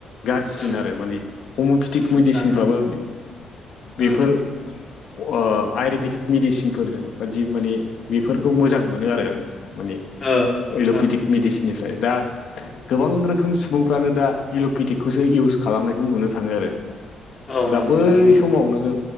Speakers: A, on the left (about 65°); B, on the left (about 30°).
A: गाज्रिसिन
B: उम
A: आरो माने हमिअपेटिक
B: उम
A: मेडिसिनफ्राबो
B: थारैनो उम
A: बेफोर अ आयुरबेदिक मेडिसिनफोरजों बायदि माने बेफोरखौ मोजां मोनो आरो आं। माने
B: ओ
A: अइल'पेटिक
B: ओ
A: मेडिसिननिफ्राय दा गोबां रोखोम सुबुंफ्रानो दा एल'पेटिकखौसो इउस खालामनायखौ नुनो थाङो आरो।
B: ओ औ
A: दा
B: नंगौ
A: बै
B: थारैनो
A: समाव नोङो